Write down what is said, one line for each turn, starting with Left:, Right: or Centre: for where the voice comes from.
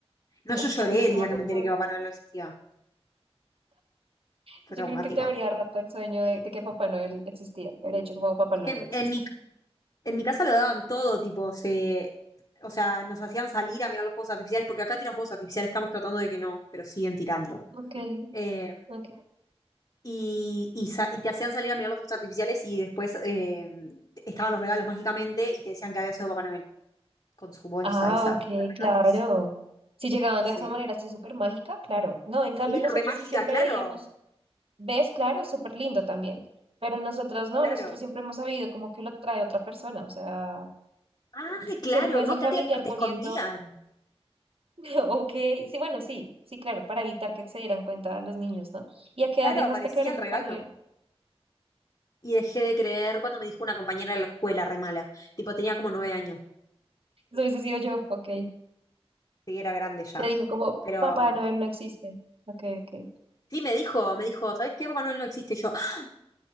Left: No,
Right: Entonces,
Left: yo lloré el
Right: como
Left: día
Right: que
Left: que me
Right: todo-
Left: enteré que Papá Noel no existía. Fue
Right: yo
Left: traumático.
Right: creo que te habría roto el sueño de, de que Papá Noel existía, te habría dicho como Papá
Left: Es
Right: Noel
Left: que en,
Right: no existe.
Left: en mi En mi casa lo daban todo, tipo, se, o sea, nos hacían salir a mirar los fuegos artificiales, porque acá tiran fuegos artificiales, estamos tratando de que no, pero siguen tirando.
Right: Ok,
Left: Eh,
Right: ok.
Left: y, y, sa- y te hacían salir a mirar los fuegos artificiales y después eh, estaban los regalos mágicamente y te decían que había sido Papá Noel con su bolsa
Right: Ah,
Left: esa
Right: ok,
Left: de regalos.
Right: claro. Si llegaban
Left: Sí.
Right: de esa manera así súper mágica, claro. No, en
Left: Sí,
Right: cambio nosotros
Left: re mágica,
Right: sí siempre
Left: claro,
Right: veíamos, ves, claro, es súper lindo también, pero nosotros no,
Left: claro.
Right: nosotros siempre hemos sabido como que lo trae otra persona, o sea,
Left: Ah,
Right: si-
Left: claro,
Right: siempre ves
Left: no,
Right: al
Left: acá
Right: familiar
Left: te, te
Right: poniendo,
Left: escondían.
Right: <laughs> ok, sí, bueno, sí, sí, claro, para evitar que se dieran cuenta los niños, ¿no? ¿Y a qué
Left: Claro,
Right: edad dejaste
Left: aparecía
Right: creer en
Left: el
Right: Papá
Left: regalo.
Right: Noel?
Left: Y dejé de creer cuando me dijo una compañera de la escuela, re mala. Tipo, tenía como nueve años.
Right: Eso hubiese sido yo, ok.
Left: Sí, era grande ya.
Right: Te dijo como,
Left: Pero,
Right: Papá Noel no existe, ok, ok.
Left: Sí, me dijo, me dijo, ¿sabes qué? Papá Noel no existe Y yo. "Ah,